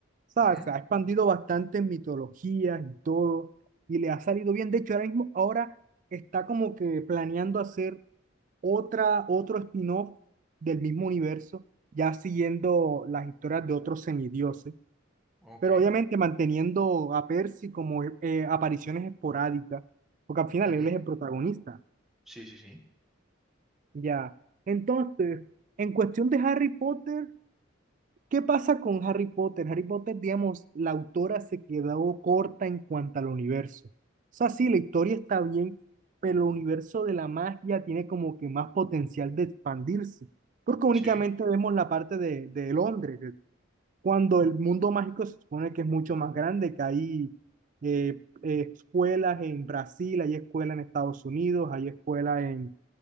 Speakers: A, on the right; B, in the centre.
A: O sea,
B: Ujú,
A: se ha expandido bastante en mitologías y todo, y le ha salido bien. De hecho, ahora mismo, ahora está como que planeando hacer otra, otro spin-off del mismo universo, ya siguiendo las historias de otros semidioses
B: Ok.
A: pero obviamente manteniendo a Percy como eh, apariciones esporádicas, porque al final
B: ujú,
A: él es el protagonista,
B: Sí, sí, sí.
A: ya. Entonces, en cuestión de Harry Potter, ¿qué pasa con Harry Potter? Harry Potter, digamos, la autora se quedó corta en cuanto al universo. O sea, sí, la historia está bien, pero el universo de la magia tiene como que más potencial de expandirse, porque únicamente
B: Sí.
A: vemos la parte de, de Londres, cuando el mundo mágico se supone que es mucho más grande, que hay eh, eh, escuelas en Brasil, hay escuelas en Estados Unidos, hay escuelas en,